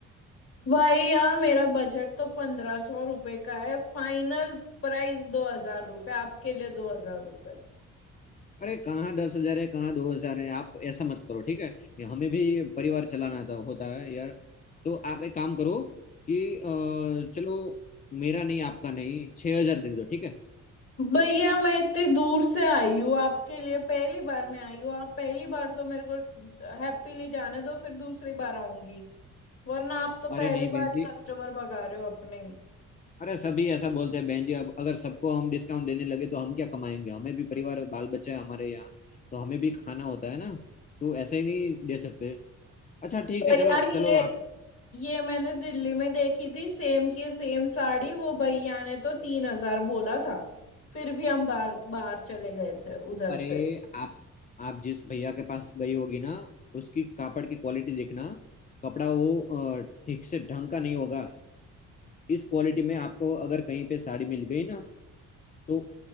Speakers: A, on the left (about 45°); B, on the left (about 25°).
A: भैया मेरा बजट तो पंद्रह सौ रुपये का है फाइनल प्राइस दो हजार रुपये आपके लिए दो हजार रुपये
B: अरे कहाँ दस हजार है कहाँ दो हजार है आप ऐसा मत करो ठीक है ये हमें भी परिवार चलाना था, होता है यार तो आप एक काम करो कि अ, चलो मेरा नहीं आपका नहीं छह हजार दे दो ठीक है
A: भैया मैं इतनी दूर से आई हूँ आपके लिए पहली बार मैं आई हूँ आप पहली बार तो मेरे को हैप्पीली जाने दो फिर दूसरी बार आऊंगी वरना आप तो
B: अरे
A: पहली
B: नहीं
A: बार
B: बहन
A: ही
B: जी
A: कस्टमर भगा रहे हो अपने ही
B: अरे सभी ऐसा बोलते हैं बहन जी अब अगर सबको हम डिस्काउंट देने लगे तो हम क्या कमाएंगे हमें भी परिवार बाल बच्चे हैं हमारे यहाँ तो हमें भी खाना होता है ना तो ऐसे ही नहीं दे सकते अच्छा ठीक है
A: भैया
B: चलो चलो
A: ये
B: आप
A: ये मैंने दिल्ली में देखी थी सेम की सेम साड़ी वो भैया ने तो तीन हजार बोला था फिर भी हम बाहर बाहर चले गए थे उधर
B: अरे
A: से
B: आप आप जिस भैया के पास गई होगी ना उसकी कापड़ की क्वालिटी देखना कपड़ा वो अ, ठीक से ढंग का नहीं होगा इस क्वालिटी में आपको अगर कहीं पे साड़ी मिल गई ना तो